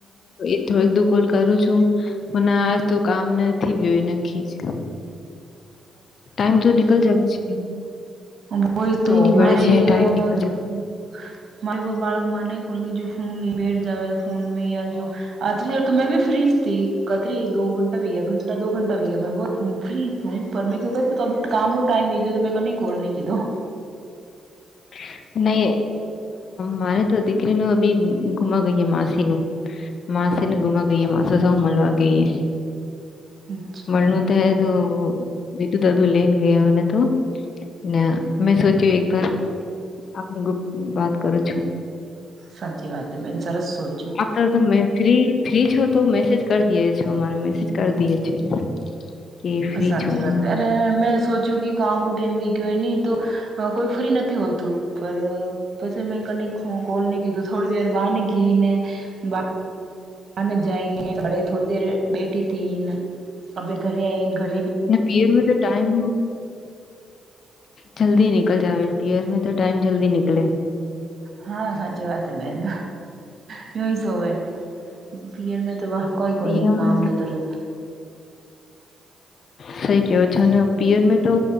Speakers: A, on the left; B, on the right.
A: એ થોડક દો કોલ કરું છું હ આ તો કામ નથી ગયો એ નખકી જ ટાઈમ તો નિકલ જાય છે.
B: ભય
A: પર તોય
B: તો
A: ની
B: મારે
A: પડે છે ટાઈમ
B: અ.
A: નીકળ જ
B: બાળક મને કો જે ફોન લ બે ફોન મે યા જો આતરી દર તો મેં ભી ફ્રીજ થી કતરી દો ઘંટા વી ગ ઘટા દો ઘંટા વી ગયા મેં બુ ફ્રી ફું પર મે ક કામનો ટાઈમ વી ગયો તો મે કહી કોલની કીધું
A: <unintelligible> નહી મારે તો દીકરીનું બી ગુમા ગઈએ માસી નું માસીને ગુમાવા ગઈએ માસા સૌ મળવા ગઈએ
B: અચ્છા
A: મળનું તે તો બીધું દાધું લઈને ગયાને તો ને મેં સોચ્યું એક વાર આપ ગુપ વાત કરું છું
B: સાચી વાત બેન સરસ સોચ્યું.
A: આપટર તમે ફ્રી ફ્રી છો? તો મેસેજ કરી દીએ છો અમારે મેસેજ કરી દીયે છે. કે ફ્રી
B: સાચી
A: છું
B: વાત અરે મેં સોચ્યું કે કામ રૂ તેમ <unintelligible> તો અહ કોઈ ફ્રી નથી હોતું પર પસી મે કનેક્ટ ફો કોલની કીધું થોડી દેર બહાને ગીને બા આને જાયેને બડે થોડી દેર બેઠી હતીન અભે ઘરે આઈન ઘર
A: અને પીરમાં તો ટાઈમ જલ્દી નીકળ જાવે પિયર મે તો ટાઈમ જલ્દી નીકળે
B: હા સાચી વાત હે બેન કેમ સોવે પિયર મે તો વહા કોઈ કો
A: અયા
B: ની કામ બે ત્રણ
A: સહી કિયોછો ને પિયર મે તો